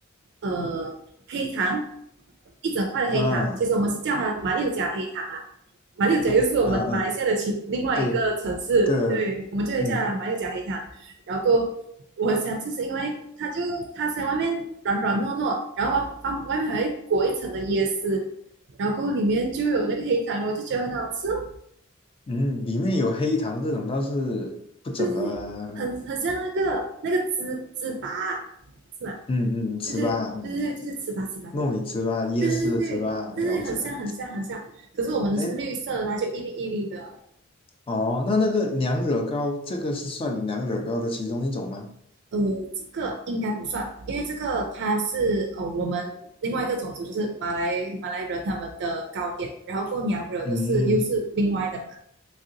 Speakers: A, on the right; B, on the left.
A: 呃黑糖，一整块的黑糖，
B: 啊
A: 其实我们是叫它马六甲黑糖啊，马六甲又是我们马来西亚的其另外一个城市，
B: 嗯嗯嗯，对对，
A: 对，我们就会叫它马六甲黑糖，
B: 嗯
A: 然后够我想，喜吃是因为它就它在外面软软糯糯，然后外外面还会裹一层的椰丝，然后里面就有那个黑糖，我就觉得很好吃哦。
B: 嗯，里面有黑糖这种倒是不怎么，
A: 对对对，很很像那个那个芝芝粑，是吧？
B: 嗯嗯吃吧，
A: 对对对对对，
B: 嗯。
A: 就是糍粑糍粑对，
B: 糯米糍粑、椰丝的糍粑了解了。
A: 对对对对对对，很像很像很像。可是我们的是绿色的，
B: 哎，
A: 它就一粒一粒的，
B: 哦，那那个娘惹糕，这个是算娘惹糕的其中一种吗？
A: 呃，这个应该不算，因为这个它是呃我们另外一个种族，就是马来马来人他们的糕点，然后过娘惹的是又是另外的嘛，
B: 嗯